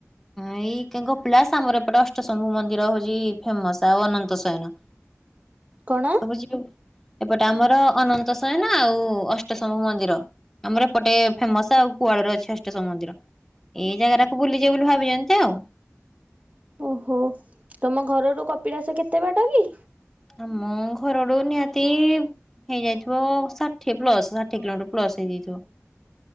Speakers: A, in the centre; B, on the right (about 30°).
A: ଏଇ ଗପିଳାସ୍ ଆମର ଏପଟେ ଅଷ୍ଟଶମ୍ଭୁ ମନ୍ଦିର ହଉଛି ଫେମସ୍ ଆଉ ଅନନ୍ତ ଶୟନ।
B: କଣ
A: ସବୁ ଯିବେ? ଏପଟେ ଆମର ଅନନ୍ତସୟ ନା ଆଉ ଅଷ୍ଟଶମ ମନ୍ଦିର ଆମର ଏପଟେ ଫେମସ ଆଉ କୁଆଡର ଅଛି ଅଷ୍ଟଶମ ମନ୍ଦିର ଏଇ ଜାଗା ଟାକୁ ବୁଲି ଯ ବୋଲି ଭାବିଛନ୍ତି ଆଉ।
B: ଓହୋ ତମ ଘର ର କପିଳାସ କେତେ? କେତେ ବାଟ କି?
A: ଆମ ଘର ରୁ ନିହାତି ହେଇଯାଇଥିବ ଷାଠିଏ ପ୍ଲସ ଷାଠିଏ କିଲୋମିଟର ପ୍ଲସ ହେଇଯାଇଥିବ।